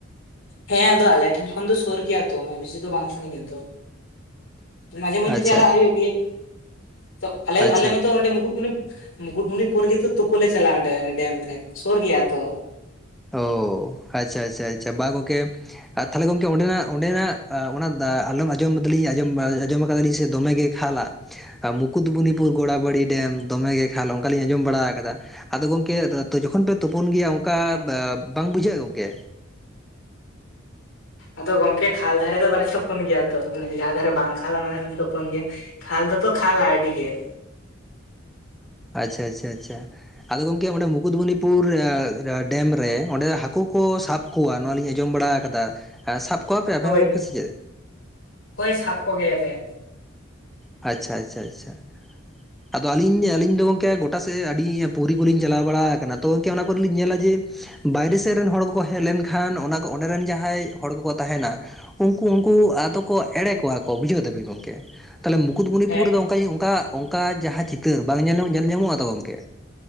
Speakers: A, on the left; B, in the centre.
A: ᱦᱮᱸ ᱟᱫᱚ ᱟᱞᱮ ᱴᱷᱮᱱ ᱠᱷᱚᱱ ᱫᱚ ᱥᱳᱨ ᱜᱮᱭᱟ ᱛᱚ ᱢᱟᱱᱮ ᱵᱮᱥᱤ ᱫᱚ ᱵᱟᱝ ᱥᱟᱜᱤᱧ ᱟᱛᱚ᱾ ᱢᱟᱡᱷᱮ ᱢᱚᱫᱽᱫᱷᱮ
B: ᱟᱪᱪᱷᱟ
A: ᱪᱟᱞᱟᱜ ᱦᱩᱭᱩᱜ ᱜᱮᱭᱟ, ᱛᱚ ᱟᱞᱮ
B: ᱟᱪᱪᱷᱟ
A: <unintelligible>
B: ᱟᱪᱪᱷᱟ
A: ᱢᱟᱛᱚ ᱚᱸᱰᱮ ᱢᱩᱠᱩᱴᱢᱩᱱᱤ ᱢᱩᱠᱩᱴᱢᱩᱱᱤᱯᱩᱨ ᱜᱮᱛᱚ ᱛᱩᱯᱩ ᱞᱮ ᱪᱟᱞᱟᱜᱼᱟ ᱚᱸᱰᱮ ᱰᱮᱢ ᱨᱮ ᱥᱳᱨ ᱜᱮᱭᱟ ᱛᱚ ᱾
B: ᱳ ᱟᱪᱪᱷᱟ ᱟᱪᱪᱷᱟ ᱟᱪᱪᱷᱟ ᱵᱟᱝ ᱜᱚᱢᱠᱮ ᱟᱨ ᱛᱟᱦᱚᱞᱮ ᱜᱚᱝᱠᱮ ᱚᱸᱰᱮᱱᱟᱜ <unintelligible> ᱚᱱᱟ <unintelligible> ᱟᱸᱡᱚᱢ ᱫᱚᱞᱤᱧ ᱟᱸᱡᱚᱢ ᱟᱸᱡᱚᱢ ᱟᱠᱟᱫᱟ ᱞᱤᱧ ᱥᱮ ᱫᱚᱢᱮᱜᱮ ᱠᱷᱟᱞ-ᱟ ᱢᱩᱠᱩᱴᱢᱩᱱᱤᱯᱩᱨ ᱜᱚᱲᱟᱵᱟᱹᱲᱤ ᱰᱮᱢ ᱫᱚᱢᱮᱜᱮ ᱠᱷᱟᱞᱟ ᱚᱱᱠᱟᱞᱤᱧ ᱟᱸᱡᱚᱢ ᱵᱟᱲᱟ ᱟᱠᱟᱫᱟ ᱾ ᱟᱫᱚ ᱜᱚᱝᱠᱮ ᱡᱚᱠᱷᱚᱱ ᱯᱮ ᱛᱳᱯᱳᱱ ᱜᱮᱭᱟ ᱚᱱᱠᱟ
A: ᱦᱮᱸ ᱾
B: ᱵᱟᱝ ᱵᱩᱡᱷᱟᱹᱜᱼᱟ ᱜᱚᱝᱠᱮ
A: ᱟᱫᱚ ᱜᱚᱝᱠᱮ ᱠᱷᱟᱞ ᱫᱷᱟᱨᱮ ᱫᱚ ᱵᱟᱞᱮ ᱛᱳᱯᱳᱱ ᱜᱮᱭᱟ ᱛᱚ, ᱡᱟᱦᱟᱸ ᱫᱷᱟᱨᱮ ᱵᱟᱝ ᱠᱷᱟᱞ-ᱟ ᱚᱱᱟ ᱫᱷᱟᱨᱮ ᱞᱮ ᱛᱳᱯᱳᱱ ᱜᱮᱭᱟ ᱾ ᱠᱷᱟᱞ ᱫᱚ ᱛᱚ ᱠᱷᱟᱞ-ᱟ ᱟᱹᱰᱤ ᱜᱮ ᱾
B: ᱟᱪᱪᱷᱟ ᱟᱪᱪᱷᱟ ᱟᱪᱪᱷᱟ ᱾ ᱟᱫᱚ ᱜᱚᱝᱠᱮ ᱚᱸᱰᱮ ᱢᱩᱠᱩᱴᱢᱩᱱᱤᱯᱩᱨ ᱰᱮᱢ ᱨᱮ ᱚᱸᱰᱮ ᱦᱟᱹᱠᱩ ᱠᱚ ᱥᱟᱵ ᱠᱚᱣᱟ ᱱᱚᱣᱟ ᱞᱤᱧ ᱟᱸᱡᱚᱢ ᱵᱟᱲᱟ ᱟᱠᱟᱫᱟ, ᱥᱟᱵ ᱠᱚᱣᱟᱯᱮ ᱟᱯᱮ
A: ᱦᱳᱭ
B: ᱦᱚᱸ ᱜᱚᱝᱠᱮ ᱥᱮ ᱪᱮᱫ?
A: ᱦᱳᱭ ᱥᱟᱵ ᱠᱚ ᱜᱮᱭᱟᱞᱮ ᱾
B: ᱟᱪᱪᱷᱟ ᱟᱪᱪᱷᱟ ᱟᱪᱪᱷᱟ ᱾ ᱟᱫᱚ ᱟᱹᱞᱤᱧ ᱟᱞᱤᱧ ᱫᱚ ᱜᱚᱝᱠᱮ ᱜᱚᱴᱟ ᱥᱮᱫ ᱟᱹᱰᱤ ᱯᱩᱨᱤ ᱠᱚᱞᱤᱧ ᱪᱟᱞᱟᱣ ᱵᱟᱲᱟ ᱟᱠᱟᱱᱟ, ᱛᱚ ᱜᱚᱝᱠᱮ ᱚᱱᱟ ᱠᱚᱨᱮ ᱞᱤᱧ ᱧᱮᱞᱟ ᱡᱮ ᱵᱟᱭᱨᱮ ᱥᱮᱫ ᱨᱮᱱ ᱦᱚᱲ ᱠᱚᱠᱚ ᱦᱮᱡ ᱞᱮᱱᱠᱷᱟᱱ ᱚᱱᱟ ᱠᱚ ᱚᱸᱰᱮᱨᱮᱱ ᱡᱟᱦᱟᱸᱭ ᱦᱚᱲ ᱠᱚᱠᱚ ᱛᱟᱦᱮᱱᱟ ᱩᱱᱠᱩ ᱩᱱᱠᱩ ᱟᱫᱚ ᱠᱚ ᱮᱲᱮ ᱠᱚᱣᱟ ᱠᱚ ᱵᱩᱡᱷᱟᱹᱣ ᱫᱟᱹᱵᱤᱡ ᱜᱚᱢᱠᱮ ᱾ ᱛᱟᱦᱚᱞᱮ ᱢᱩᱠᱩᱴᱢᱩᱱᱤᱯᱩᱨ
A: ᱦᱮᱸ
B: ᱨᱮᱫᱚ ᱚᱱᱠᱟᱧ ᱚᱱᱠᱟ ᱚᱱᱠᱟ ᱡᱟᱦᱟᱸ ᱪᱤᱛᱟᱹᱨ ᱵᱟᱝ ᱧᱮᱞ ᱧᱮᱞ ᱧᱟᱢᱚᱜᱼᱟ ᱛᱚ ᱜᱚᱝᱠᱮ?